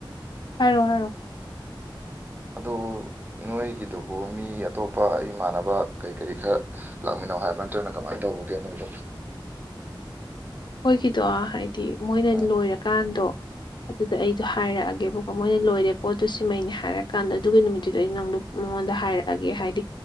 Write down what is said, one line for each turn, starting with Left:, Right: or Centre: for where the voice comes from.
Left: ꯍꯥꯏꯔꯣ ꯍꯥꯏꯔꯣ
Right: ꯑꯗꯣ ꯅꯣꯏꯒꯤꯗꯨꯕꯨ ꯃꯤ ꯑꯇꯣꯞꯄ ꯢꯃꯥꯟꯅꯕ ꯀꯔꯤ ꯀꯔꯤ ꯈꯔ ꯂꯥꯛꯃꯤꯅꯩ ꯍꯥꯏꯕ ꯇ꯭ꯔꯥꯅ ꯀꯃꯥꯏꯅ ꯇꯧꯕꯒꯦ ꯅꯣꯏꯗꯣ
Left: ꯑꯈꯣꯏꯒꯤꯗꯣ ꯍꯥꯏꯗꯤ ꯃꯣꯏꯅ
Right: ꯑ
Left: ꯂꯣꯏꯔꯀꯥꯟꯗꯣ ꯑꯗꯨꯗ ꯑꯩꯗꯣ ꯍꯥꯏꯔꯛꯑꯒꯦꯕꯀꯣ ꯃꯣꯏꯅ ꯂꯣꯏꯔꯦ ꯄꯣꯠꯇꯨ ꯁꯤꯃꯩꯅꯦ ꯍꯥꯏꯔꯀꯥꯟꯗ ꯑꯗꯨꯒꯤ ꯅꯨꯃꯤꯠꯇꯨꯗꯣ ꯑꯩ ꯅꯪꯗꯨ ꯃꯉꯣꯟꯗ ꯍꯥꯏꯔꯛꯑꯒꯦ ꯍꯥꯏꯗꯤ